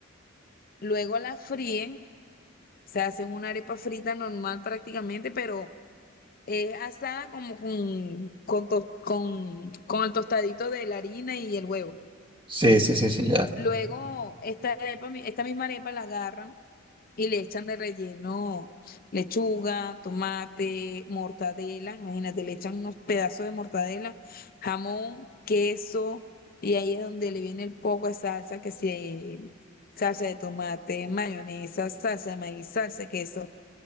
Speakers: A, on the left; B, on the right.
A: Luego la fríen, se hacen una arepa frita normal prácticamente, pero es asada como con, con, tos- con, con el tostadito de la harina y el huevo.
B: Sí, sí, sí, sí, ya.
A: Luego, esta arepa, mi- esta misma arepa la agarran y le echan de relleno lechuga, tomate, mortadela. Imagínate, le echan unos pedazos de mortadela, jamón, queso, y ahí es donde le viene el poco de salsa, que si salsa de tomate, mayonesa, salsa de maíz, salsa de queso.